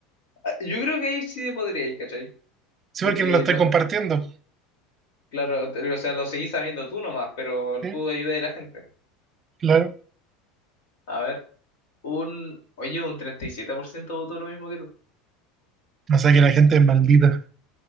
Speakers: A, on the left; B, on the right.
A: Ah, Yo creo que ahí sí podríais, ¿cachai?
B: Sí,
A: Porque,
B: porque no lo estoy
A: no,
B: compartiendo.
A: claro, te- o sea, lo seguís sabiendo tú nomás, pero
B: Sí,
A: tú ayudas a la gente.
B: claro.
A: A ver. Un, oye, un 37% votó lo mismo que tú.
B: O sea que la gente es maldita.